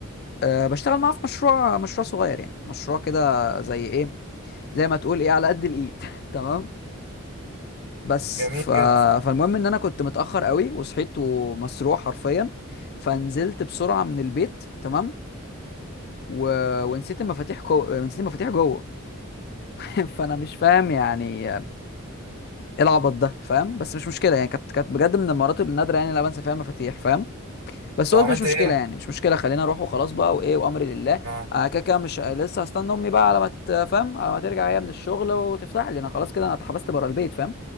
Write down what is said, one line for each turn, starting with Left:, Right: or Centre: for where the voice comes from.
Left: أه بشتغل معاه في مشروع مشروع صغير يعني مشروع كده زي ايه زي ما تقول ايه على قد الايد <laughs> تمام بس
Right: جميل
Left: ف...
Right: جدا
Left: فالمهم ان انا كنت متاخر قوي وصحيت ومسروح حرفيا فنزلت بسرعه من البيت تمام و... ونسيت المفاتيح كو... نسيت المفاتيح جوه <laughs> فانا مش فاهم يعني ايه العبط ده فاهم بس مش مشكله يعني كانت كانت بجد من المرات النادره يعني اللي أنا بنسى فيها المفاتيح فاهم بس
Right: طب
Left: قلت
Right: عملت
Left: مش مشكله
Right: ايه
Left: يعني مش مشكله خلينا اروح وخلاص بقى وايه وامري لله
Right: اه
Left: آه كده كده مش لسه هستنى امي بقى على ما تفهم على ما ترجع هي من الشغل وتفتح لي انا خلاص كده انا اتحبست بره البيت فاهم